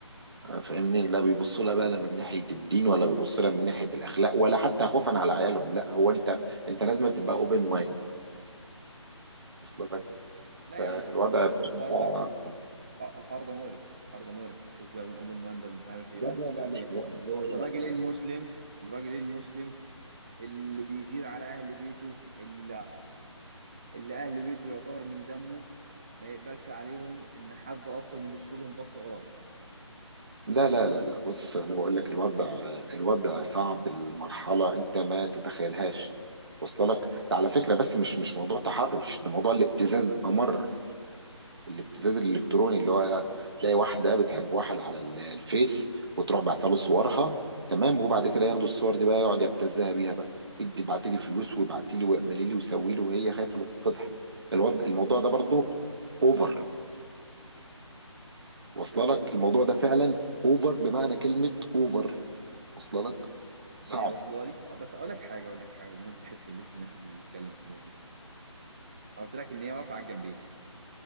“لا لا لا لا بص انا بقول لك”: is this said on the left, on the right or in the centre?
Right